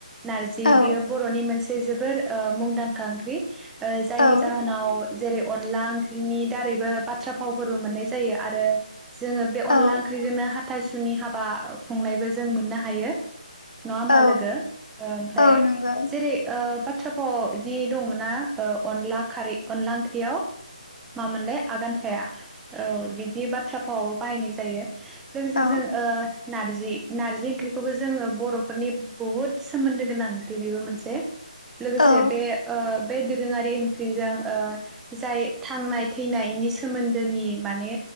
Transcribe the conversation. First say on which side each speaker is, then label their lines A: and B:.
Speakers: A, in the centre; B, on the left.
A: नारजि
B: औ
A: बियो बरनि मोनसे जोबोर ओ मुंदांखा ओंख्रि ओ जायनि
B: औ
A: जाहोनाव जेरै अनला ओंख्रिनि दारैबो बाथ्रा फावफोरबो मोननाय जायो आरो जोङो बे अनला
B: औ
A: ओंख्रिजोंनो हा थासुनि हाबा खुंनायबो जों मोननो हायो। नङा होमबा
B: औ
A: लोगो ओमफ्राय
B: औ नंगौ
A: जेरै ओ थ्राफाव जि दंमोन ना ओ अनला खारै अनला ओंख्रियाव मामोनलाय आगान थाया औ बिदिबा थ्राफाव बाहायनाय जायो। लोगोसे
B: औ
A: जों ओ नारजि नारजि ओंख्रिखौबो जोङो बर'फोरनि बहुद सोमोन्दो गोनां ओंख्रि बेबो मोनसे लोगोसे
B: औ
A: बे ओ बे दोरोङारि ओंख्रिजों ओ जाय थांनाय थैनायनि सोमोन्दोनि माने